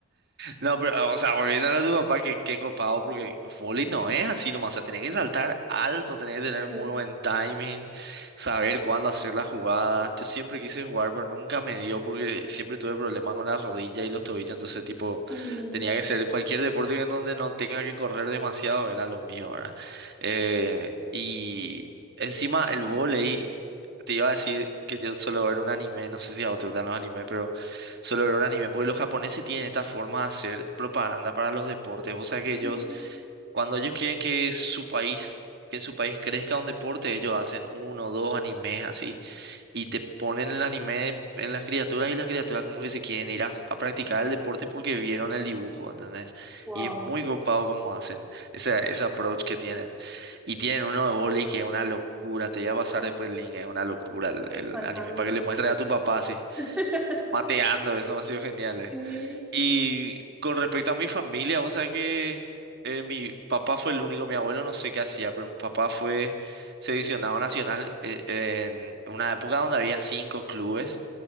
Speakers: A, on the right; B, in the centre.
A: No, pero, o sea, volviendo a lo de tu papá, que qué copado, porque vóley no es así nomás, o sea, tenés que saltar alto, tenés que
B: Sí.
A: tener muy buen timing, saber cuándo hacer las jugadas. Yo siempre quise jugar, pero nunca me dio porque siempre tuve problemas con la rodilla y los tobillos, entonces, tipo,
B: <laughs>
A: tenía que hacer cualquier deporte que en donde no tenga que correr demasiado, era lo mío, ¿verdad? Eh, y encima el vóley, te iba a decir que yo solo ver un anime, no sé si a vos te gustan los animes, solo ver un anime, porque los japoneses tienen esta forma de hacer propaganda para los deportes. O sea que ellos,
B: Mm.
A: cuando ellos quieren que su país, que en su país crezca un deporte, ellos hacen uno o dos animes así y te ponen el anime en las criaturas y las criaturas como que se quieren ir a, a practicar el deporte porque vieron el dibujo, ¿entendés?
B: Wow.
A: Y es muy copado como hacen ese, ese approach que tienen. Y tienen uno de boli que es una locura, te voy a pasar después el link, es una locura el, el
B: Pasaban.
A: anime, para que le muestres a tu papá así,
B: <laughs>
A: mateando, eso ha sido genial. eh.
B: Sí.
A: Y con respecto a mi familia, vos sabés que eh, mi papá fue el único, mi abuelo no sé qué hacía, pero mi papá fue seleccionado nacional eh, en una época donde había cinco clubes,